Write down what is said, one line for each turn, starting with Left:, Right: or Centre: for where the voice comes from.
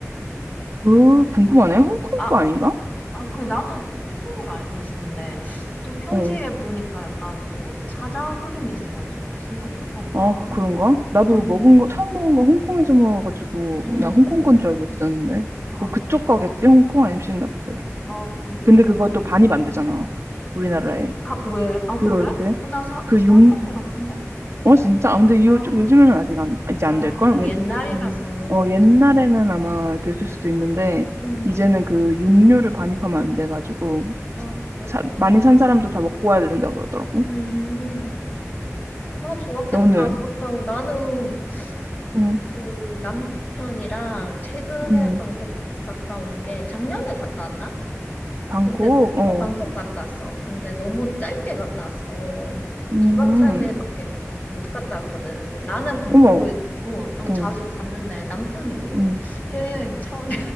Right: 그 궁금하네 홍콩
Left: 어, 어.
Right: 거 아닌가
Left: 아, 그, 나도 홍콩으로 알고 있었는데, 또 표지에
Right: 어
Left: 보니까 약간 또 사자 그림이 있어가지고, 싱가포르 건가?
Right: 어, 그런가? 나도
Left: 음,
Right: 먹은 거, 처음 먹은 거 홍콩에서 먹어가지고,
Left: 음,
Right: 나
Left: 음.
Right: 홍콩 건 줄 알고 있었는데.
Left: 아,
Right: 뭐 그쪽
Left: 그거,
Right: 거겠지? 홍콩 아니면 싱가포르.
Left: 아, 그렇구나.
Right: 근데 그것도 반입 안 되잖아. 우리나라에.
Left: 아, 왜? 아,
Right: 들어올
Left: 그래?
Right: 때.
Left: 어, 나 사,
Right: 그
Left: 사왔던
Right: 육,
Left: 것 같은데?
Right: 어, 진짜? 아, 근데
Left: 아,
Right: 요, 요즘에는 아직 안, 이제 안
Left: 아,
Right: 될걸? 왜,
Left: 옛날이라서.
Right: 그, 어, 옛날에는 아마 됐을 수도 있는데,
Left: 음,
Right: 이제는 그 육류를 반입하면 안 돼가지고,
Left: 아, 그렇구나.
Right: 사, 많이 산 사람도 다 먹고 와야 된다 그러더라고.
Left: 음, 아, 좋았겠다,
Right: 너는?
Left: 꽃다운. 나는
Right: 응,
Left: 그 남편이랑 최근에
Right: 응.
Left: 방콕 갔다 온 게 작년에 갔다 왔나?
Right: 방콕,
Left: 근데
Right: 어,
Left: 어, 방콕 갔다 왔어. 근데 너무 짧게 갔다 왔어.
Right: 음,
Left: 2박 3일밖에
Right: 음.
Left: 못 갔다 왔거든. 근데 나는 방콕을
Right: 어머.
Left: 어, 좀
Right: 어.
Left: 자주 갔는데 남편이 또
Right: 응,
Left: 해외여행 처음에